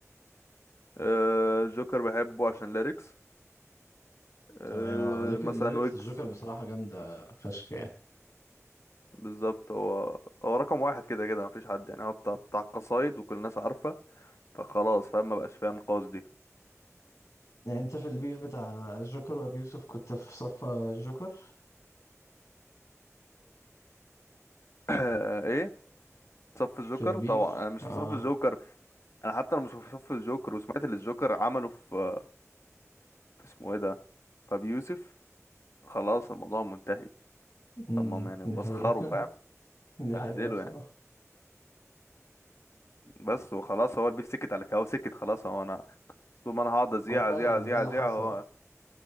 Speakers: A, on the left; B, on the left.
A: آه جوكر بحبه عشان ليركس آه،
B: تمام اه
A: مثلا
B: الليركس
A: ويجز
B: الجوكر بصراحة جامدة فشخ يعني
A: بالظبط هو هو رقم واحد كده كده مفيش حد يعني هو بتاع بتاع القصايد وكل الناس عارفة فخلاص فاهم ما بقاش فيها نقاش دي
B: يعني انت في البيف بتاع الجوكر وابي يوسف كنت في صف الجوكر
A: <clears throat> ايه صف الجوكر
B: في البيف
A: طبعا انا مش
B: اه
A: في صف الجوكر انا حتى انا مش في صف الجوكر وسمعت اللي الجوكر عمله في في اسمه ايه ده فابي يوسف خلاص الموضوع منتهي
B: امم
A: لما هم يعني
B: دي
A: بسخروا
B: حقيقة
A: فاهم
B: <laughs> دي
A: بهدلوا
B: حقيقة بصراحة
A: يعني بس وخلاص هو البيف سكت على كده هو سكت خلاص هو انا طول ما انا هقعد ازيع
B: هو فعلا
A: ازيع ازيع
B: ايه اللي
A: ازيع
B: حصل
A: هو